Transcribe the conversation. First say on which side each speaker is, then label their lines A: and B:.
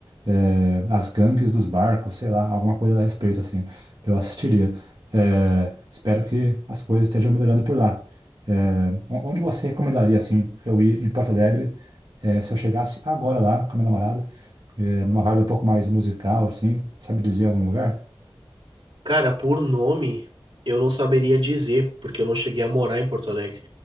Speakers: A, on the right (about 60°); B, on the right (about 80°).
A: é, as gangues dos barcos, sei lá, alguma coisa a respeito, assim. Eu assistiria. É, espero que as coisas estejam melhorando por lá. É, o- onde você recomendaria, assim, eu ir em Porto Alegre, é, se eu chegasse agora lá com a minha namorada, é, numa vibe um pouco mais musical, assim, sabe dizer algum lugar?
B: Cara, por nome, eu não saberia dizer, porque eu não cheguei a morar em Porto Alegre.